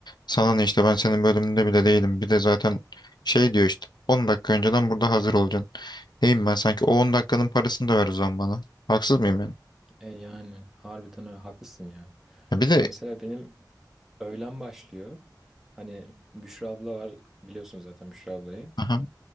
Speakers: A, on the left; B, in the centre.
A: Sana ne işte ben senin bölümünde bile değilim. Bir de zaten şey diyor işte. 10 dakika önceden burada hazır olacaksın. Neyim ben sanki o 10 dakikanın parasını da ver o zaman bana. Haksız mıyım yani?
B: E yani harbiden öyle haklısın ya.
A: Ya bir de
B: Ya mesela benim öğlen başlıyor. Hani Büşra abla var biliyorsunuz zaten Büşra ablayı.
A: aha,